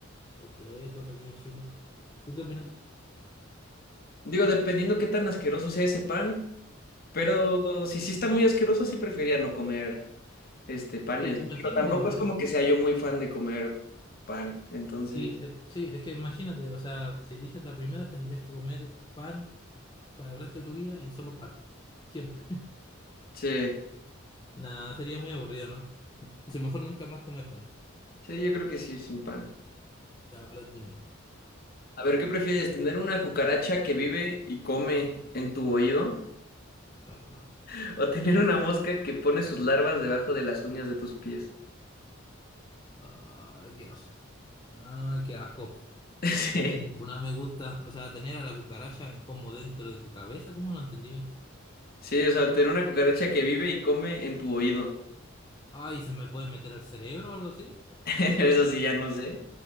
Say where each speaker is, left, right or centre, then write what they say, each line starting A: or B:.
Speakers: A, on the left; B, on the left.
A: completos aquí en Chile. ¿Tú qué opinas?
B: Digo, dependiendo qué tan asqueroso sea ese pan, pero si sí está muy asqueroso, sí preferiría no comer. este, panes.
A: Es Que imagínate,
B: Digo, tampoco
A: te-
B: es como que sea yo muy fan de comer pan, entonces,
A: sí, eh, sí, es que imagínate, o sea, si eliges la primera, tendrías que comer pan para el resto de tu vida y solo pan, siempre.
B: sí,
A: Nada, sería muy aburrido, ¿no? Sí, mejor nunca más comer pan.
B: sí, yo creo que sí, sin pan.
A: Ya, ahora tú,
B: A ver, ¿qué prefieres? ¿Tener una cucaracha que vive y come en tu oído?
A: Ah, no.
B: <laughs> ¿O tener una mosca que pone sus larvas debajo de las uñas de tus pies?
A: Ay, Dios. Ay, qué asco.
B: <laughs> Sí,
A: Creo que ninguna me gusta. O sea, tener a la cucaracha como dentro de tu cabeza, ¿cómo no entendí bien?
B: sí, o sea, tener una cucaracha que vive y come en tu oído.
A: Ay, ¿se me puede meter al cerebro o algo así?
B: <laughs> Eso sí, ya no sé.